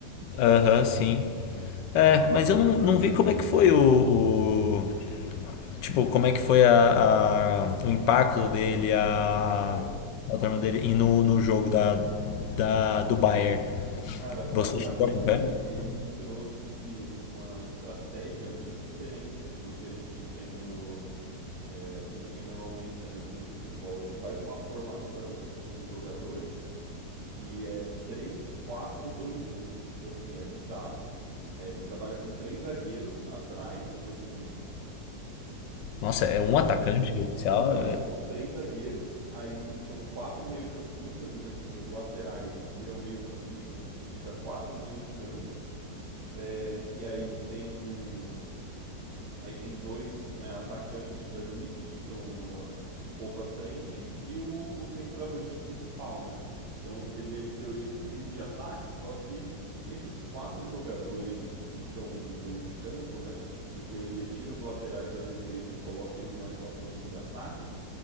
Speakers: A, on the left; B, on the right.
A: Aham, sim. É, mas eu não, não vi como é que foi o, o- tipo, como é que foi a, a- o impacto dele, a,
B: Cara,
A: a turma dele e no, no jogo da, da, do Bayern.
B: Cara, basicamente
A: Você chegou a acompanhar?
B: ele trouxe uma estratégia muito diferente do que a gente tem no, é, que a gente tem normalmente, né, dos times de futebol. Ele faz uma formação com os jogadores que é três quatro dois um. Tipo assim, é bizarro. É, ele trabalha com três zagueiros atrás, tipo assim,
A: Nossa, é
B: a
A: um atacante
B: defesa.
A: oficial?
B: Então,
A: É...
B: é, são três zagueiros, aí são quatro meio-campistas, então, tipo assim, os laterais viram meio-campistas, fica quatro no meio de campo. É, e aí tem aí tem dois, né, atacantes ali que ficam na- um pouco à frente e o, o centroavante principal, né? Então seria em teoria um trio de ataque, só que esses quatro jogadores que ficam no meio de campo, né, que em teoria tira os laterais da defesa e coloca eles mais para uma posição de ataque,